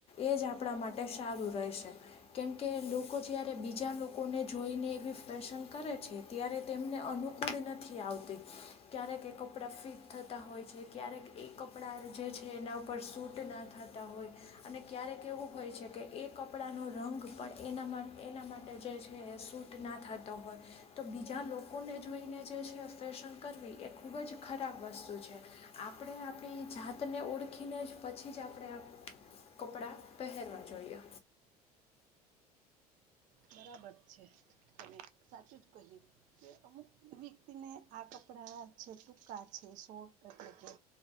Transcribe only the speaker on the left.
એજ આપણા માટે સારું. ફેશન કેમકે લોકો જ્યારે બીજા લોકોને જોઈને એવી ફેશન કરે છે. ત્યારે તેમને અનુકૂળ નથી આવતી, ક્યારેક એ કપડાં ફિટ થતા હોય છે ક્યારેક એ કપડાં જે છે એના ઉપર સૂટ ના થતા હોય, અને ક્યારેક એવું હોય છે કે એ એ કપડાંનો રંગ પણ એના એના માટે જે છે સૂટ ના થતો હોય. તો બીજા લોકોને જોઈને જે છે ફેશન કરવી એ ખૂબ જ ખરાબ વસ્તુ છે, આ આપણે આપણી જાતને ઓળખીને જ પછી જ આપણે કપડાં પહેરવા જોઈએ.